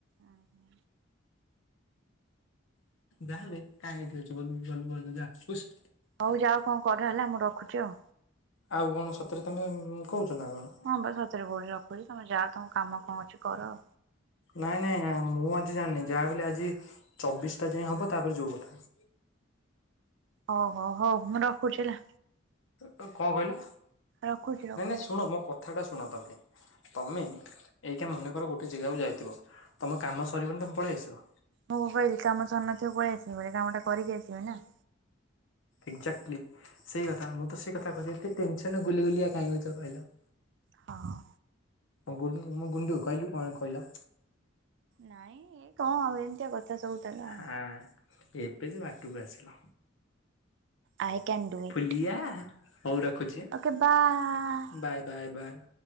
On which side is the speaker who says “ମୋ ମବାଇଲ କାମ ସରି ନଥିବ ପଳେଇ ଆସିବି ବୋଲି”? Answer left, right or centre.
Right